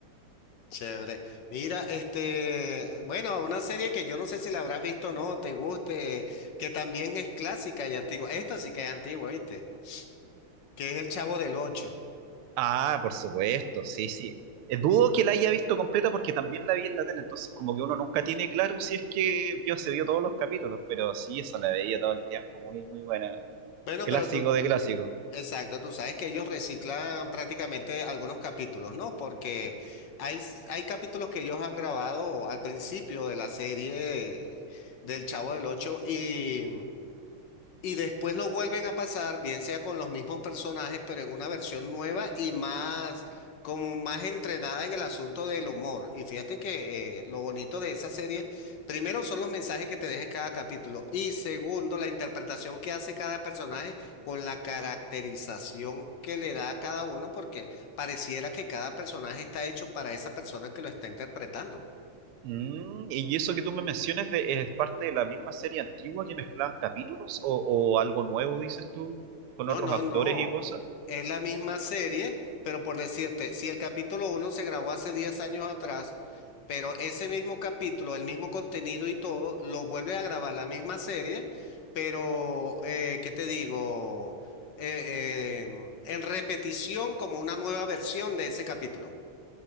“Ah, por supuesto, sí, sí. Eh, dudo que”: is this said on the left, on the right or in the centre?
Right